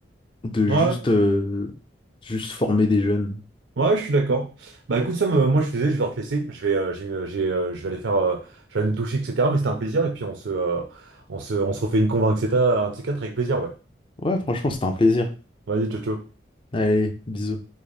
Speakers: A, on the left; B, on the right.
A: de
B: Ouais,
A: juste, euh, juste former des jeunes.
B: ouais, ouais, je suis d'accord. Bah écoute, Sam, euh, moi, je suis désolé, je vais devoir te laisser. Je vais, euh, j'ai, euh, j'ai, euh, je vais aller faire, euh, je vais aller me doucher, etc. Mais c'était un plaisir. Et puis, on se, euh, on se, on se refait une convo, etc. Un de ces quatre avec plaisir, ouais.
A: Ouais, franchement, c'était un plaisir.
B: Vas-y, ciao, ciao.
A: Allez, bisous.